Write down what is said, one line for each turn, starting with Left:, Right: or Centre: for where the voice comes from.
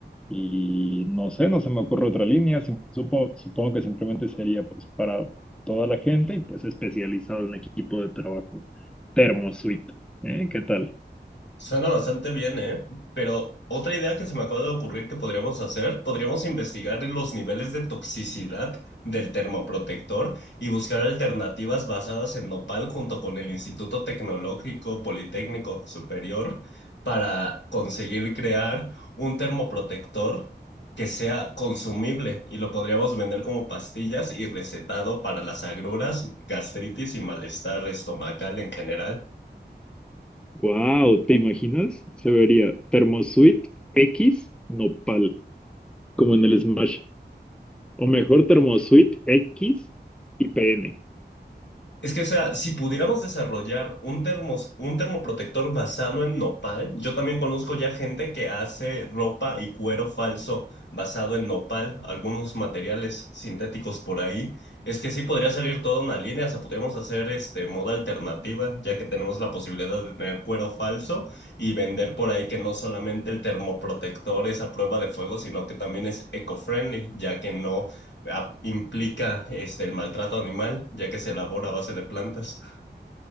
Centre: Y no sé, no se me ocurre otra línea. Supongo, supongo que simplemente sería pues para toda la gente y pues especializado en equipo de trabajo. Thermosuite, ¿eh? ¿Qué tal?
Left: Suena bastante bien, ¿eh? Pero otra idea que se me acaba de ocurrir que podríamos hacer, podríamos investigar los niveles de toxicidad del termoprotector y buscar alternativas basadas en nopal junto con el Instituto Tecnológico Politécnico Superior para conseguir crear un termoprotector que sea consumible y lo podríamos vender como pastillas y recetado para las agruras, gastritis y malestar estomacal en general.
Centre: Wow, ¿te imaginas? Se vería Thermosuite X Nopal, como en el Smash. O mejor Thermosuite X y PN.
Left: Es que, o sea, si pudiéramos desarrollar un termos, un termoprotector basado en nopal, yo también conozco ya gente que hace ropa y cuero falso basado en nopal, algunos materiales sintéticos por ahí. Es que sí podría salir toda una línea, o sea, podríamos hacer este moda alternativa, ya que tenemos la posibilidad de tener cuero falso y vender por ahí que no solamente el termoprotector es a prueba de fuego, sino que también es eco-friendly, ya que no ah, implica este, el maltrato animal, ya que se elabora a base de plantas.